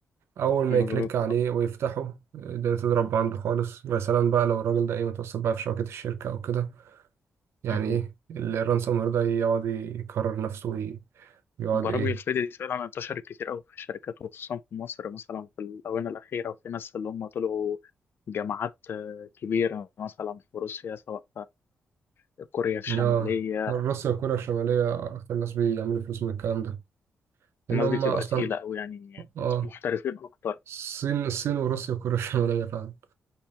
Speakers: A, on the right; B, on the left.
A: اول ما
B: مظبوط
A: يكليك عليه ويفتحه الدنيا تضرب عنده خالص ويا سلام بقى لو الراجل ده ايه متوسط بقى في شبكة الشركة او كده يعني
B: أه
A: ايه الرانسوم وير ده يقعد يكرر نفسه ويقعد
B: برامج
A: ايه
B: الفيديو دي فعلا انتشرت كتير قوي في الشركات وخصوصا في مصر مثلا في الآونة الأخيرة وفي ناس اللي هم طلعوا جامعات آه، كبيرة مثلا في روسيا سواء في كوريا الشمالية
A: اه الروس وكوريا الشمالية اكتر ناس بيعملوا فلوس من الكلام ده لان
B: الناس
A: هم
B: دي بتبقى
A: اصلا
B: تقيلة قوي يعني
A: اه
B: محترفين أكتر
A: الصين الصين وروسيا وكوريا الشمالية فعلا